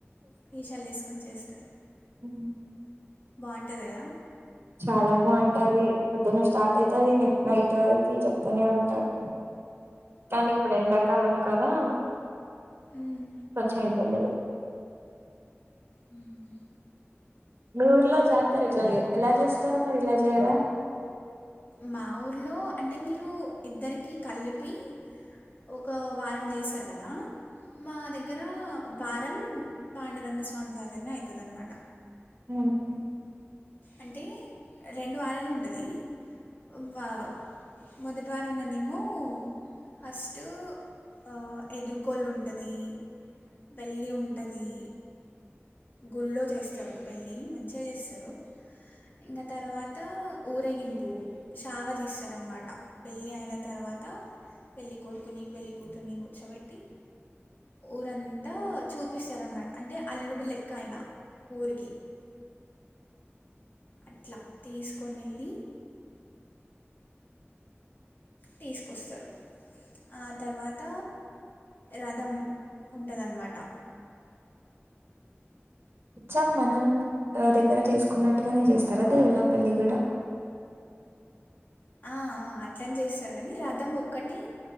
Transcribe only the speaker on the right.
హ్మ్
చాలా బావుంటది పొద్దున్నే స్టార్ట్ అయితది. న నైట్ వరకు చెప్తూనే ఉంటారు. కానీ ఇప్పుడు ఎండాకాలం కదా
కొంచెం ఇబ్బంది
మీ ఊర్లో జాతరు ఇట్లాగ ఎలా చేస్తారు మీరిట్లా జేయరా
మ్మ్ హ్మ్
ఇచ్చాం మనం ఆ దగ్గర చేసుకున్నట్టుగానే చేస్తారా దేవుళ్ళ పెళ్ళి గూడ